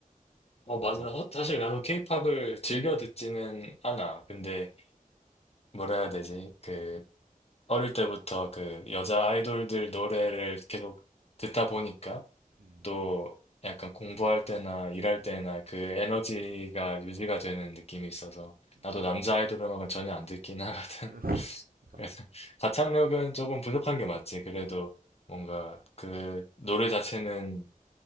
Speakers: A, on the left; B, on the right.
A: 어,
B: 그러니까,
A: 맞아. 어, 사실 나도 케이팝을 즐겨 듣지는 않아. 근데 뭐라 해야 되지? 그, 어릴 때부터 그 여자 아이돌들 노래를 계속 듣다 보니까
B: 음,
A: 또 약간 공부할 때나 일할 때나 그 에너지가 유지가 되는 느낌이 있어서
B: 그러니까,
A: 나도 남자 아이돌 음악은 전혀 안 듣긴 <laughs> 하거든.
B: <laughs> 그러니까,
A: 그래서 <laughs> 가창력은 조금 부족한 게 맞지. 그래도 뭔가 그 노래 자체는